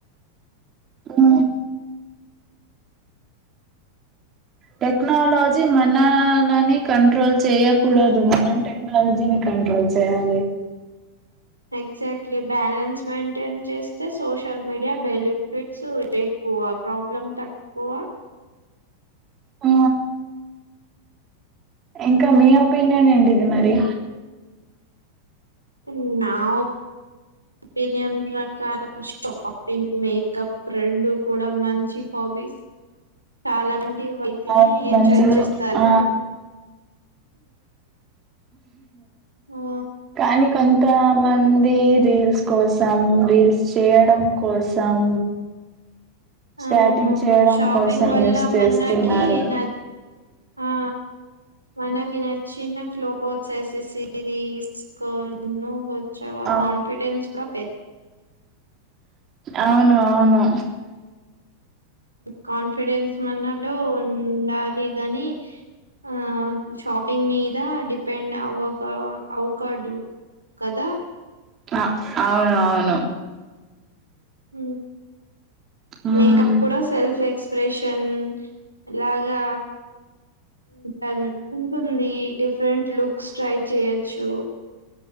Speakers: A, on the right; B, on the right.
A: ఆ టెక్నాలజీ మనలని కంట్రోల్ చేయకూడదు మనం టెక్నాలజీని కంట్రోల్ చేయాలి
B: ఎక్జాక్ట్ బ్యాలెన్స్ మెయింటైన్ చేస్తే సోషల్ మీడియా బెనిఫిట్స్ ఎక్కువ ప్రాబ్లమ్ తక్కువ
A: ఆ ఇంకా మీ ఒపీనియన్
B: మ్మ్.
A: ఏంటిది మరి
B: న్నా ఒ ఒపీనియన్ ప్రకారం షాపింగ్ మేకప్ రెండు కూడా మంచి హాబీస్ చాలా వంటి వైతిని
A: అవును మంచిగా
B: ఎంజాయ్ చేస్తారు
A: ఆ
B: ఆ
A: కానీ కొం తా మందీ రీల్స్ కోసం రీల్స్ చేయడం కోసం స్టాటింగ్
B: అవును
A: చేయడం
B: షాపింగ్
A: కోసం
B: వల్ల
A: యూస్ చేస్తున్నారూ
B: మనకి న ఆ మనకి నచ్చిన క్లోత్సేసేసీ దీస్ <unintelligible>
A: ఆ
B: కోన్ఫిడెన్స్ కుడా
A: అవును అవును
B: కాన్ఫిడెన్స్ మనలో ఉండాలి గనీ ఆ షాపింగ్ మీదా డిపెండ్ అవ్వకా అవ్ కాదూ కదా
A: అ అవునవును
B: ఊ
A: ఉమ్,
B: మేకప్ కూడా సెల్ఫ్ ఎక్స్ప్రెషన్ లాగా ఉంటన్ ఉంటుందీ డిఫ్రెంట్ లుక్స్ ట్రై చేయచ్చూ